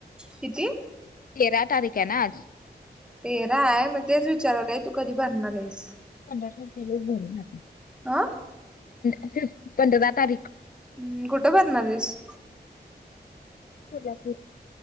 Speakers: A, in the centre; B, on the left.
A: किती
B: तेरां तारीखे आहे नां आंज
A: तेरा आहे. मग तेच विचारालोय तू कधी भरणार आहेस?
B: पंधरा तारखेलाच भरून आले
A: अ
B: <inaudible> पंधरा तारीख.
A: हम्म. कुठ भरणारेस?
B: कोल्हापूर.